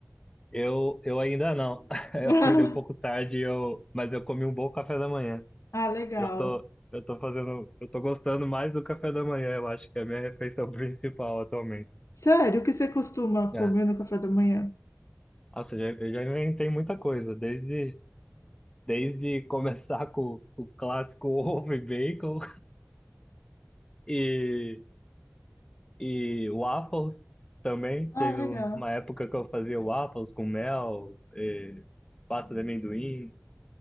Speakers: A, on the left (about 15°); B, on the left (about 65°).
A: Eu, eu ainda não. <laughs>
B: <laughs>
A: Eu acordei um pouco tarde, eu, mas eu comi um bom café da manhã.
B: Ah, legal.
A: Eu tô, eu tô fazendo, eu tô gostando mais do café da manhã, eu acho que é a minha refeição <laughs> principal atualmente.
B: Sério, o que você costuma
A: É.
B: comer no café da manhã?
A: Nossa, eu já, eu já inventei muita coisa, desde Desde começar com o clássico <laughs> ovo e bacon e, e waffles também.
B: Ah,
A: Teve
B: legal.
A: uma época que eu fazia waffles com mel, e pasta de amendoim.